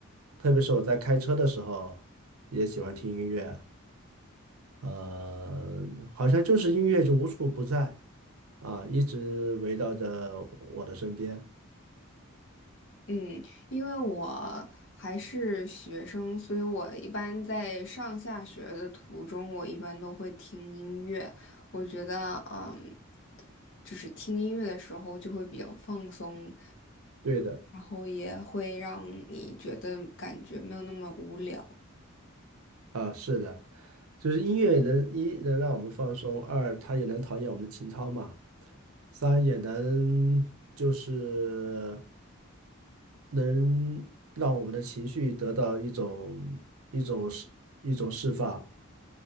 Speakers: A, on the right (about 85°); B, on the left (about 60°).
A: 特别是我在开车的时候，也喜欢听音乐。呃，好像就是音乐就无处不在啊，一直围绕着我的身边。
B: 嗯，因为我还是学生，所以我一般在上下学的途中，我一般都会听音乐。我觉得，嗯，就是听音乐的时候就会比较放松，
A: 对的，
B: 然后也会让你觉得感觉没有那么无聊。
A: 啊，是的，就是音乐能一能让我们放松，二它也能陶冶我们的情操嘛，三也能就是能让我们的情绪得到一种一种释一种释放。